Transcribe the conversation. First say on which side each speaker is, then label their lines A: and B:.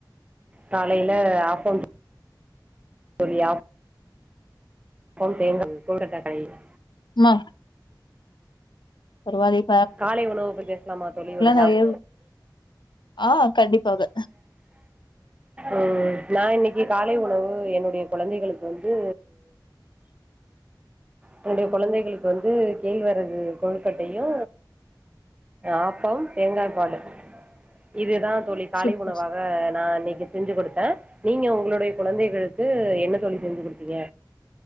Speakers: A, on the right (about 15°); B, on the left (about 75°).
A: காலேல ஆப்பம் <unintelligible> போம் தேங்காய் <unintelligible>
B: ம்ம பரவால்லியே
A: காலை உணவ பத்தி பேசலாமா தோழி ஒரு டாப்
B: நெறைய ஆ கண்டிப்பாக
A: உம் நான் இன்னைக்கு கு காலை உணவு என்னுடைய குழந்தைகளுக்கு வந்து என்னுடைய குழந்தைகளுக்கு வந்து கேழ்வரகு கொழுக்கட்டையு ஆப்பம் தேங்காய்ப்பாலு இதுதான் தோழி காலை
B: சூப்பர்
A: உணவாக நான் இன்ன செஞ்சு குடுத்தேன் நீங்க உங்களுடைய குழந்தைகளுக்கு என்ன தோழி செஞ்சு குடுத்தீங்க